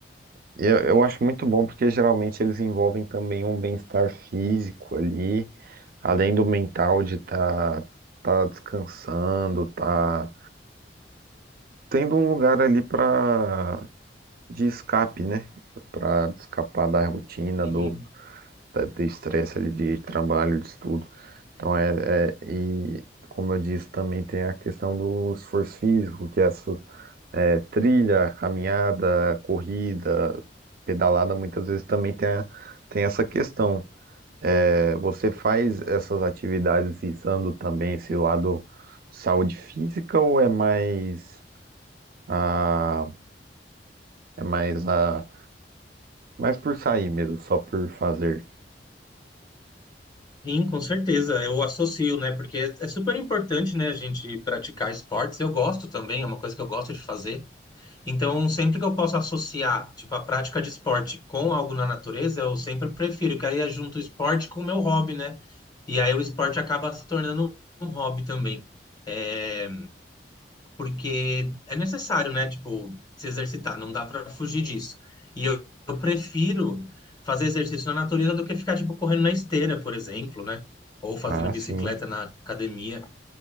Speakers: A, on the right; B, on the left.
A: eu, eu acho muito bom porque geralmente eles envolvem também um bem-estar físico ali, além do mental de estar tá, tá descansando, tá tendo um lugar ali para de escape, né? Para escapar da rotina,
B: Sim,
A: do, da- de estresse ali de trabalho, de estudo. Então é, é- e como eu disse, também tem a questão do esforço físico, que é essa é, trilha, caminhada, corrida, pedalada, muitas vezes também tem, a- tem essa questão. É, você faz essas atividades visando também esse lado de saúde física ou é mais a, é mais a, mais por sair mesmo, só por fazer?
B: sim, com certeza, eu associo, né? Porque é é super importante, né, a gente praticar esportes. Eu gosto também, é uma coisa que eu gosto de fazer. Então, sempre que eu posso associar, tipo, a prática de esporte com algo na natureza, eu sempre prefiro, que aí eu junto o esporte com o meu hobby, né? E aí o esporte acaba se tornando um hobby também. É, porque é necessário, né? Tipo, se exercitar, não dá pra fugir disso. E eu, eu prefiro fazer exercício na natureza do que ficar, tipo, correndo na esteira, por exemplo, né? Ou fazendo
A: Ah,
B: bicicleta
A: sim.
B: na academia.